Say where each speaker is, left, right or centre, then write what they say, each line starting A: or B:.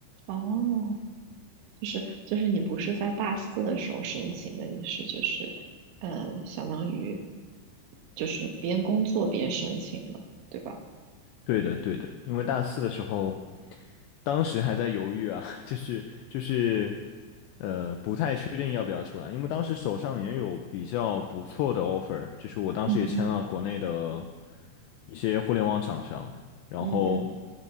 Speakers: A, on the right; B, on the left.
A: 哦，就是就是你不是在大四的时候申请的，你是就是呃，相当于就是边工作边申请的，对吧？
B: 对的，对的，因为大四的时候，当时还在犹豫啊，<laughs> 就是就是，呃，不太确定要不要出来，因为当时手上也有比较不错的 offer，就是我当时也签了国内的
A: 嗯
B: 一些互联网厂商，然后。
A: 嗯